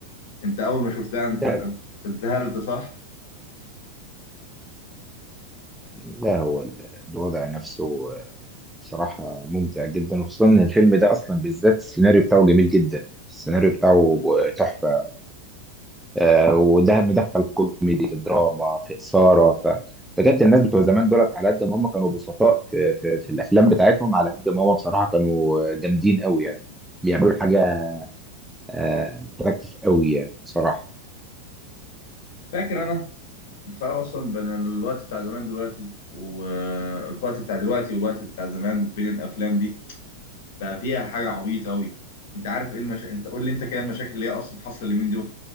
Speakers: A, on the left; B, in the centre.
A: انت اول ما شفتها انت
B: ده
A: انت أنت اتذهلت صح
B: لا هو ال- الوضع نفسه آه، صراحة ممتع جدا وخصوصا ان الفيلم ده اصلا بالذات السيناريو بتاعه جميل جدا السيناريو بتاعه تحفة آه، وده مدخل كوميدي في دراما في إثارة ف بجد الناس بتوع زمان دولت على قد ما هم كانوا بسطاء في, في, في الافلام بتاعتهم على قد ما هم بصراحة كانوا جامدين قوي يعني بيعملوا حاجة آه، اتراكتيف قوي يعني صراحة
A: فاكر انا الفرق اصلا بين الوقت بتاع زمان دلوقتي والوقت بتاع دلوقتي والوقت بتاع زمان بين الافلام دي بقى فيها حاجه عبيطه قوي انت عارف ايه المشا... انت قول لي انت كده المشاكل اللي هي اصلا حاصله اليومين دول